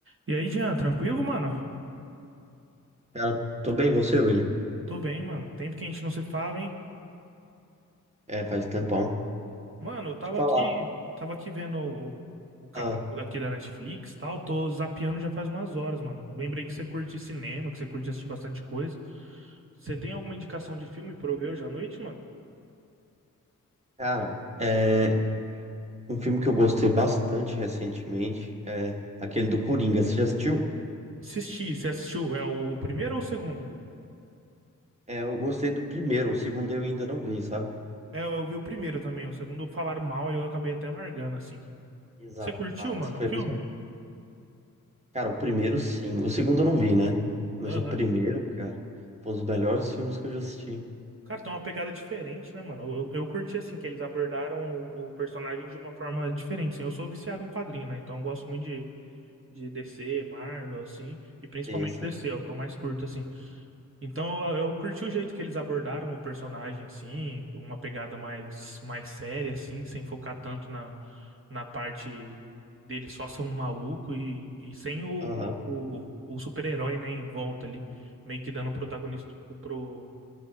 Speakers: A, on the right; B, on the right.
A: E aí, Jean, tranquilo, mano?
B: Cara, tô bem, você, William?
A: Tô bem, mano. Tempo que a gente não se fala, hein?
B: É, faz um tempão.
A: Mano, eu tava
B: Deixa eu falar.
A: aqui, tava aqui vendo o, o, o catálogo
B: Ah,
A: aqui da Netflix, e tal. Tô zapeando já faz umas horas, mano. Lembrei que você curte cinema, que você curte assistir bastante coisa. Você tem alguma indicação de filme pra eu ver hoje à noite, mano?
B: cara, é um filme que eu gostei bastante recentemente, é aquele do Coringa. Você já assistiu?
A: Assisti, você assistiu? É o primeiro ou o segundo?
B: É, eu gostei do primeiro, o segundo eu ainda não vi, sabe?
A: É, eu vi o primeiro também. O segundo falaram mal, aí eu acabei até largando, assim.
B: Exato.
A: Você curtiu, mano,
B: Foi
A: o filme?
B: a mesma- Cara, o primeiro sim. O segundo eu não vi, né? Mas
A: Aham.
B: o primeiro, cara, foi um dos melhores filmes que eu já assisti.
A: Cara, tem uma pegada diferente, né, mano? Eu, eu curti, assim, que eles abordaram o, o personagem de uma forma diferente, assim. Eu sou viciado em quadrinho, né? Então eu gosto muito de, de DC, Marvel, assim, e principalmente
B: Esse.
A: DC, é o que eu mais curto, assim. Então eu, eu curti o jeito que eles abordaram o personagem, assim, uma pegada mais, mais séria, assim, sem focar tanto na, na parte dele só ser um maluco e, e sem o,
B: Aham.
A: o, o super-herói, né, em volta ali, meio que dando protagonismo pro,